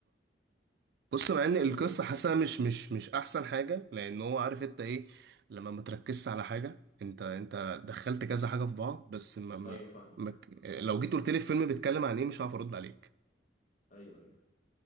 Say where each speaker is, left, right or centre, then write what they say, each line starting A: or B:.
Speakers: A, on the right (about 60°); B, on the left (about 45°).
A: بص مع ان القصه
B: كله
A: حاسه مش مش مش احسن حاجه لان هو عارف انت ايه لما ما تركزش على حاجه انت انت دخلت كذا حاجه في بعض بس ما ما
B: ايوه فاهمك
A: ما ك- لو جيت قلت لي الفيلم بيتكلم عن ايه مش هعرف ارد عليك
B: ايوه ايوه